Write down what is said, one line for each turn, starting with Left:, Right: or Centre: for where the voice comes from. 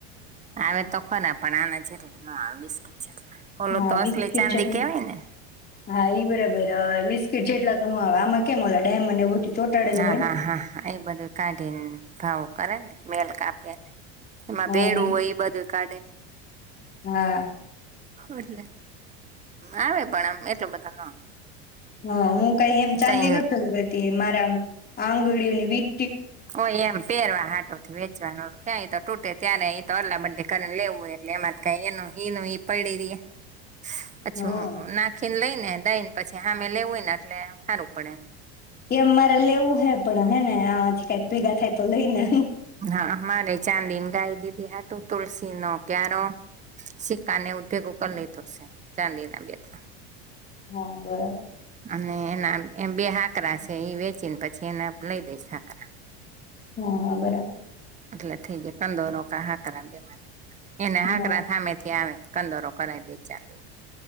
Right: આવે તો ખરા પણ આના જેટલા ન આવે બિસ્કીટ જેટલા ઓલો
Left: હા
Right: તો અસલી
Left: બિસ્કીટ
Right: ચાંદી
Left: જેટ
Right: કેવાય ને
Left: હા ઈ બરાબર હ બિસ્કીટ જેટલા તો ન હવે આમાં કેમ ઓલા ડાયમંડ એવું બધું ચોટાડેલું
Right: હા, હા, હા, હા એ બધું કાઢી ને ભાવ કરેને. મેલ કાપી ને એમાં
Left: હા
Right: ભેડું
Left: ઈ
Right: હોય બધું કાઢે.
Left: હા.
Right: એટલે આવે પણ આમ એટલું બધા ના આવે.
Left: હા હું કઈ એમ ચાંદી
Right: તઈ
Left: ન બધી એ મારામ આંગળીઓની વી
Right: હો એમ પેરવા હાટો થી વેચવાનું. ક્યાંય તો તૂટે ત્યારે એ તો અદલા બદલી કરીને લેવુંય એટલે એમાં ક એનું નું ઈ પડી રિયે. અચ્છું
Left: હા
Right: નાખીન લઈ ને દઈને પછી હામે લેવું હોય ને અટલે હારું પડે એમ.
Left: એમ મારે લેવું હે પણ હે ને આમાંથી કઈક ભેગા થાય તો લઈને.
Right: હા અ મારે ચાંદીને ગાય દીધી હાટુ તુલસી નો ક્યારો શિક્કાને ઉધોગો લઈ થશે ચાંદી ના બે ત્રણ.
Left: હા બરાબર.
Right: અને એના એ બે હાકરા છે એ વેચીને પછી એના લઈ દઈશ હાકરા.
Left: હા હા બરાબર.
Right: એટલે થઈ જાય કંદોરોકા હાથ ના બે માંથી એને હાકરા
Left: હા
Right: થામે થી આવે. કંદોરો કરય દઇએ તો ચાલે.